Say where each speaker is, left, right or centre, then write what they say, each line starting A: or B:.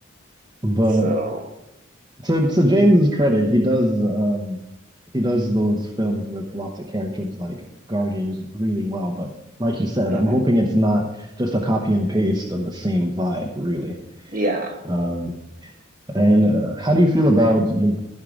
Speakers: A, on the right (about 20°); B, on the right (about 40°).
A: Um, but
B: so,
A: to to James's credit, he does um he does those films with lots of characters like Guardians really well. But like you said,
B: hmm
A: I'm hoping it's not just a copy and paste of the same vibe, really.
B: yeah.
A: Um, and uh, how do you feel about you,